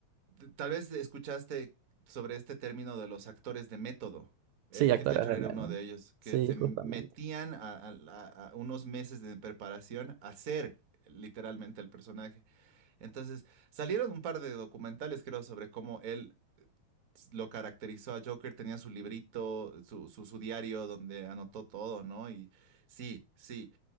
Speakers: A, on the right; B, on the right.
A: t- tal vez escuchaste sobre este término de los actores de método.
B: Sí,
A: Eh,
B: actores
A: Heath Ledger
B: de
A: era
B: miedo.
A: uno de ellos,
B: Sí,
A: que se m-
B: justamente.
A: metían a, a- a- a unos meses de preparación a hacer literalmente el personaje. Entonces, salieron un par de documentales, creo, sobre cómo él lo caracterizó a Joker. Tenía su librito, su, su, su diario donde anotó todo, ¿no? Y sí, sí.